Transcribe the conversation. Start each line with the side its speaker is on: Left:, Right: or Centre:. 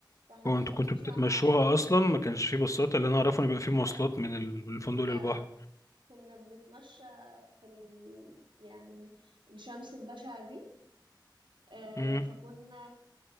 Right: فاحنا
Left: هو
Right: كنا
Left: انتوا
Right: بنمشي
Left: كنتوا بتتمشوها
Right: ع- عشر دقايق
Left: اصلا ما كانش فيه باصات اللي انا اعرفه ان بيبقى
Right: لا
Left: فيه مواصلات من ال- من الفندق
Right: لا
Left: للبحر
Right: لا كنا بنتمشى في ال... يعني الشمس البشعة دي آه
Left: امم
Right: فكنا